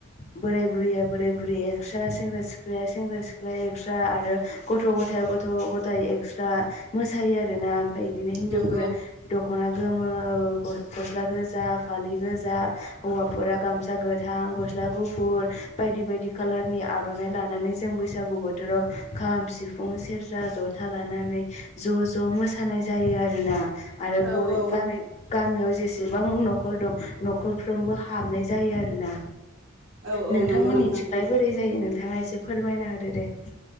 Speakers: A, on the left (about 35°); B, on the right (about 70°).
A: बोराय बुरैया बोराय बुरै एक्स्रा सेंग्रा सिख्लाया सेंग्रा सिख्लाया एक्स्रा आरो गथ' गथायाइ गथ' गथायाइ एक्सट्रा मोसायो आरोना ओमफफ्राय बिदिनो हिनजावफोरा
B: नंगौ
A: दख'ना गोमो गस्ला गोजा फालि गोजा हौवा फोरा गामसा गोथां गस्ला गुफुर बायदि बायदि खाालारनि आर'नाइ लानानै जों बैसागु बोथ थोराव खाम सिफुं सेरजा जथा लानानै ज' ज' मोसानाय जायो आरोना आरो
B: औ
A: ब
B: औ
A: गामि गामियाव जेसेबां न'खर दं न'खरफ्रोमबो हाबनाय जायो आरोना
B: औ औ
A: नोंथमोननिथिंलाय
B: नंगौ नोंथां
A: बोरै जायो नोंथाङा एसे फोरमायना होदो दे